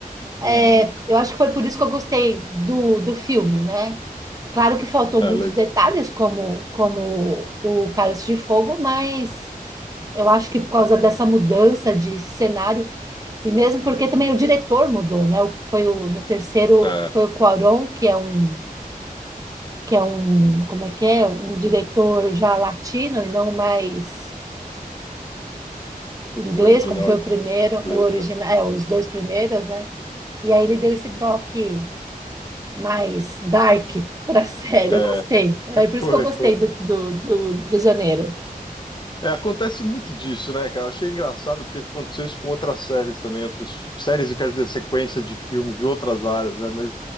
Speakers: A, on the right (about 25°); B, on the left (about 30°).
A: É,
B: Uhum.
A: eu acho que foi por isso que eu gostei do, do filme, né? Claro que faltou
B: É,
A: muitos
B: le-
A: detalhes, como, como o Cálice de Fogo, mas eu acho que por causa dessa mudança de cenário, e mesmo porque também o diretor mudou, né? O- Foi o, no terceiro,
B: é,
A: foi o Cuarón, que é um, que é um, como é que é? Um diretor já latino e não mais inglês,
B: o original
A: como foi
B: em
A: o primeiro,
B: inglês.
A: o original,
B: tá?
A: é, os dois primeiros, né? E aí ele deu
B: Uhum.
A: esse toque mais dark para a <laughs> série.
B: É,
A: Eu gostei. É por isso
B: foi,
A: que eu gostei
B: foi.
A: do, do, do do Prisioneiro.
B: É, acontece muito disso, né, cara? Achei engraçado porque aconteceu isso com outras séries também, outras fi- séries, eu quero dizer, sequência de filmes de outras áreas, né? Mas